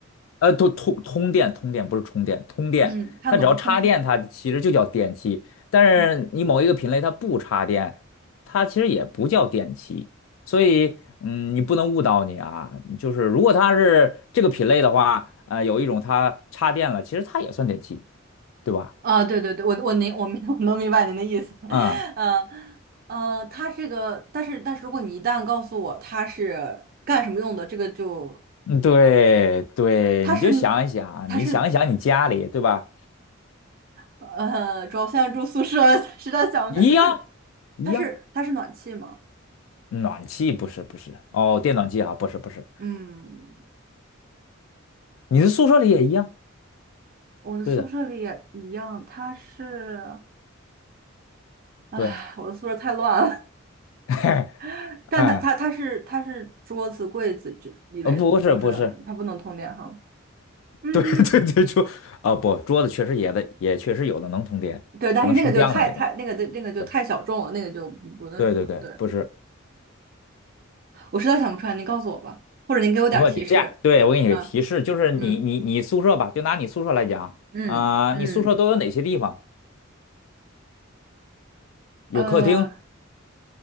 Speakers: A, on the left (about 70°); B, on the right (about 45°).
A: 呃，通通通电，通电不是充电，通电，
B: 嗯，它能通电。
A: 它只要插电，它其实就叫电器。但是你某一个品类它不插电，
B: 嗯。
A: 它其实也不叫电器。所以，嗯，你不能误导你啊。就是如果它是这个品类的话，呃，有一种它插电了，其实它也算电器，对吧？
B: 啊，对对对，我我明我明我能明白您的意思，<laughs>
A: 嗯。
B: 嗯呃，他这个，但是但是如果你一旦告诉我他是干什么用的，这个就
A: 嗯，对对，
B: 他是
A: 你就想一想啊，
B: 他是
A: 你想一想你家里，对吧？
B: 呃，主要现在住宿舍，<laughs> 实在想不起来，
A: 一样
B: 他是
A: 一样，
B: 他是他是暖气吗？
A: 暖气不是不是，哦，电暖气啊，不是不是，
B: 嗯，
A: 你的宿舍里也一样，
B: 我的宿舍里也一样，
A: 对的，
B: 他是，唉，
A: 对，
B: 我的宿舍太乱了，
A: <laughs>
B: <laughs> 但他他他是他是桌子柜子之一类的，
A: 哎，呃，不是不是，
B: 不是，它不能通电哈。嗯，
A: 对 <laughs> 对对，桌，哦不，桌子确实也的，也确实有的能通电，
B: 对，但是那个就太太那个的那个就太小众了，
A: 它能升降的那种，对
B: 那个就不不那什么。
A: 对对对，
B: 对，
A: 不是，
B: 我实在想不出来，您告诉我吧，或者您给我点儿提示。
A: 不你这样，对，我给你个提示，
B: 啊，
A: 就是你你你宿舍吧，
B: 嗯
A: 就拿你宿舍来讲啊，
B: 嗯嗯，
A: 啊你宿舍都有哪些地方？
B: 呃，
A: 有客厅，